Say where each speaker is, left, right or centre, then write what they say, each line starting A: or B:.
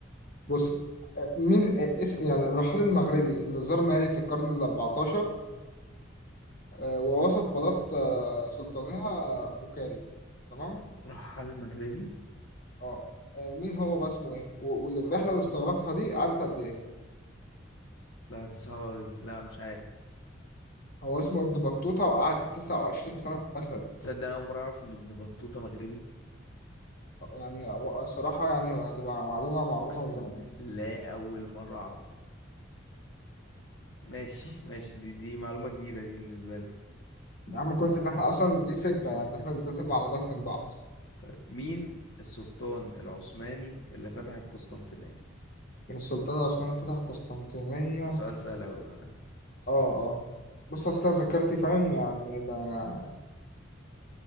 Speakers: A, on the left; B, on the left.
A: بص آه، مين آه، اس يعني الرحال المغربي اللي زار مالي في القرن ال 14 آه، ووصف بلاط آه، سلطانها بوكاري تمام
B: راح على المغربي
A: اه آه، مين هو بقى اسمه ايه و- والرحلة اللي استغرقها دي قعدت قد ايه
B: لا دي صعبة أوي دي. لا مش عارف
A: هو اسمه ابن بطوطة وقعد 29 سنة في الرحلة
B: تصدق أنا أول مرة أعرف إن ابن بطوطة مغربي
A: يعني هو- الصراحة يعني هو دي معلومة معروفة
B: أقسم
A: من زمان
B: بالله أول مرة أعرفها ماشي
A: <laughs>
B: ماشي دي دي معلومة جديدة دي بالنسبة لي
A: يا عم كويس ان احنا اصلا دي فكره يعني احنا بنتسب على بعض من بعض
B: طيب مين السلطان العثماني اللي فتح القسطنطينية
A: السلطان العثماني فتح القسطنطينيه
B: ده
A: اه
B: سؤال سهل أوي بأمانة
A: اه بص اصل ذاكرتي فاهم يعني ما